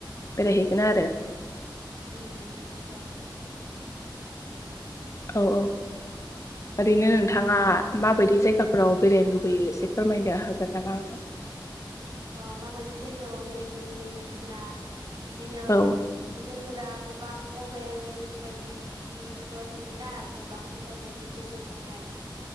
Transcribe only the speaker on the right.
उम बे आरो
औ
अ माबायदि जायगायाव बेरायनो लुबैयो होनोब्ला बिदिनो
जों दा गोबां मबाइल बेफोरबायदि टिभिफ्राव नुयोना गोबां इन्टारनेटनि गेजेरजों जों हाय